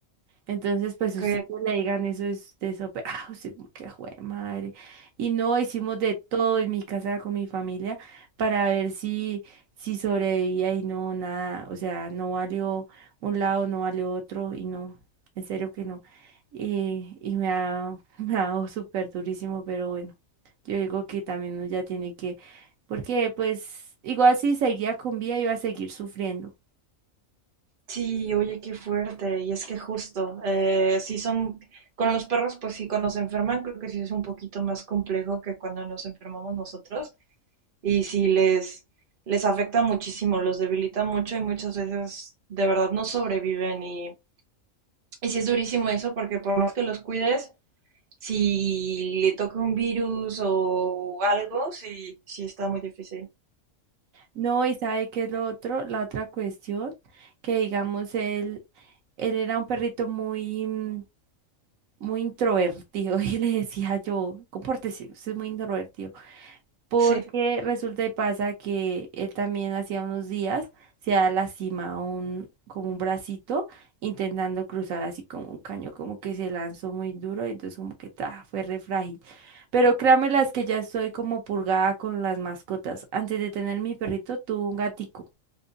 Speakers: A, on the right; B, on the right.
A: Entonces, pues
B: ok.
A: usted que le digan eso es de eso, pe- <laughs> ah, usted como que jue madre. Y no hicimos de todo en mi casa con mi familia para ver si, si sobrevivía y no, nada, o sea, no valió un lado, no valió otro y no, en serio que no. Y, y me ha, <laughs> me ha dado súper durísimo, pero bueno, yo digo que también uno ya tiene que, porque pues igual si seguía con vida iba a seguir sufriendo.
B: Sí, oye, qué fuerte. Y es que justo, eh, sí son, con los perros, pues sí, cuando se enferman, creo que sí es un poquito más complejo que cuando nos enfermamos nosotros. y si les, les afecta muchísimo, los debilita mucho y muchas veces de verdad no sobreviven y, y sí es durísimo eso porque por más que los cuides, si le toca un virus o algo, sí, sí está muy difícil.
A: No, y sabe que es lo otro, la otra cuestión, que digamos él, él era un perrito muy, mm, muy introvertido <laughs> y le decía yo, compórtese, usted es muy introvertido, porque
B: Sí,
A: resulta y pasa que él también hacía unos días se ha lastimado un, como un bracito intentando cruzar así como un caño, como que se lanzó muy duro y entonces como que ta, fue re frágil. Pero créanme las que ya estoy como purgada con las mascotas. Antes de tener mi perrito, tuve un gatico.